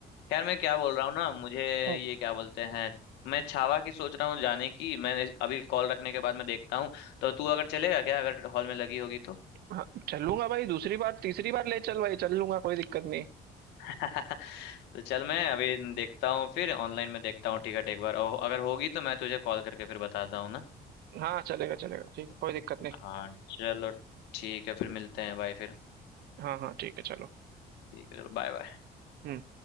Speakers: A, on the left; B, on the right.
A: खैर मैं क्या बोल रहा हूँ ना मुझे
B: हम्म,
A: ये क्या बोलते हैं मैं छावा की सोच रहा हूँ जाने की मैंने अभी कॉल रखने के बाद मैं देखता हूँ तो तू अगर चलेगा क्या अगर हॉल में लगी होगी तो
B: हाँ चलूंगा भाई दूसरी बार तीसरी बार ले चल भाई चल लूंगा कोई दिक्कत नहीं
A: <laughs> तो चल मैं अभी देखता हूँ फिर ऑनलाइन में देखता हूँ टिकट एक बार और अगर होगी तो मैं तुझे कॉल करके फिर बताता हूँ ना
B: हाँ चलेगा चलेगा ठीक है कोई दिक्कत नहीं
A: हाँ चलो ठीक है फिर मिलते हैं भाई फिर
B: हाँ हाँ ठीक है चलो
A: ठीक है चलो बाय बाय
B: हम्म